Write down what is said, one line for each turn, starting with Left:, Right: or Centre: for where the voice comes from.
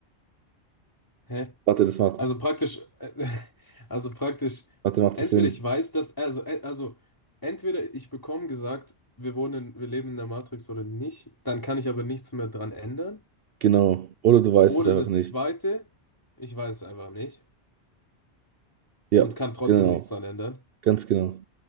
Left: Hä?
Right: Warte, das macht,
Left: Also praktisch, äh, <laughs> also praktisch,
Right: warte, macht
Left: entweder
Right: das Sinn?
Left: ich weiß, dass, also, äh, also entweder ich bekomme gesagt, wir wohnen, wir leben in der Matrix oder nicht, dann kann ich aber nichts mehr dran ändern.
Right: Genau. Oder du weißt
Left: Oder
Right: es einfach
Left: das
Right: nicht.
Left: zweite, ich weiß es einfach nicht
Right: Ja,
Left: und kann trotzdem
Right: genau.
Left: nichts dran ändern.
Right: Ganz genau.